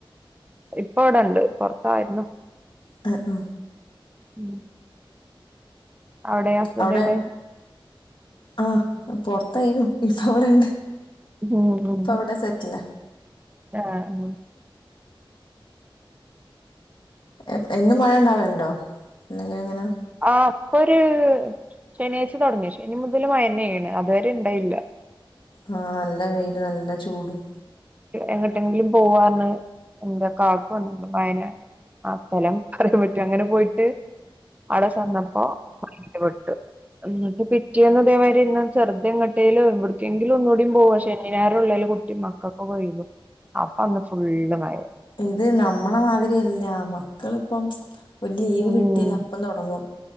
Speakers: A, on the right (about 15°); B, on the left (about 60°).
A: ഇപ്പ ഇവിടെണ്ട് പൊറത്തായിരുന്നു
B: അ അ
A: ഉം അവിടെ ഹസ്ബൻഡടെ
B: അവിടെ ആഹ് പൊറത്തായിനു ഇപ്പ അവിടെണ്ട്
A: ഉം ഉം
B: ഇപ്പ അവിടെ സെറ്റ്ല
A: ആഹ് ഉം
B: എ എന്നും മഴ ഉണ്ടാവലുണ്ടോ ഇന്നലെ എങ്ങനെ
A: ആ അപ്പൊ ഒരു ശനിയാഴ്ച തോടങ്ങി ശനി മുതൽ മഴെന്നെണ് അ തുവരെ ഇണ്ടായില്ല
B: ആഹ് നല്ല വെയില് നല്ല ചൂടും
A: എങ്ങട്ടെങ്കിലും പോവാന്ന് എന്റെ കാകു വന്നിലെ വയന ആ സ്ഥലം പറയാൻ പറ്റൊ അങ്ങനെ പോയിട്ട് അവിടെ ചന്നപ്പോ <unintelligible>
B: <unintelligible>
A: എന്നിട്ട് പിറ്റേന്ന് ഇതേമാതിരി ഇങ്ങ ചെറുതെങ്ങട്ടെലും ഇവിടക്കെങ്കിലും ഒന്നുകൂടി പോവാ ശനി ഞായറും ഉള്ളല്ലോ കു കട്ടി മക്കൊക്കെ പോയിരുന്നു അപ്പൊ അന്ന് ഫുള്ള് മയ
B: ഇത് നമ്മളെ മാതിരിയല്ല മക്കളിപ്പം ഒരു ലീവ്
A: ഉം
B: കിട്ടിയൽ അപ്പം തുടങ്ങും